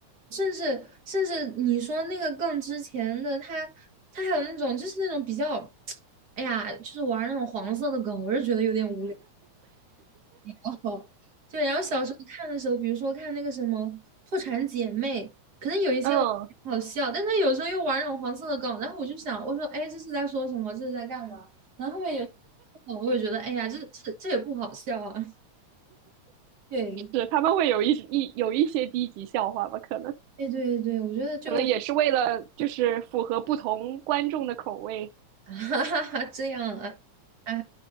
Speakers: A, on the right (about 40°); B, on the right (about 85°).
A: 甚至甚至你说那个更之前的他，他还有那种就是那种比较，<tsk> 哎呀，就是玩那种黄色的梗，我是觉得有点无聊。<laughs> 对，然后小时候看的时候，比如说看那个什么《破产姐妹》，可能有一些我觉得挺好笑，
B: 嗯，
A: 但他有时候又玩那种黄色的梗，然后我就想，我说，哎，这是在说什么？这是在干嘛？然后后面有梗，我也觉得，哎呀，这这这也不好笑啊。<laughs> 对，
B: 是他们会有一一有一些低级笑话吧，可能
A: 对对对，我觉得就
B: 可能也是为了就是符合不同观众的口味
A: <laughs> 哈哈哈这样啊。<laughs> 啊。